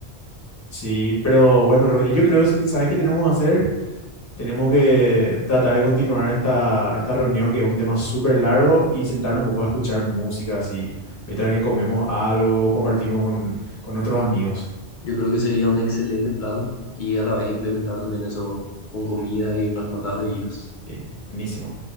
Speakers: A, on the left; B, on the left.
A: Sí, pero bueno, Rodri, yo creo que sabes qué tenemos que hacer. Tenemos que tratar de continuar esta, esta reunión, que es un tema súper largo, y sentarnos un poco a escuchar música así, mientras que comemos algo, compartimos con, con otros amigos.
B: Yo creo que sería un excelente plan y a la vez implementar también eso con comida y unas cuantas bebidas.
A: Sí, buenísimo.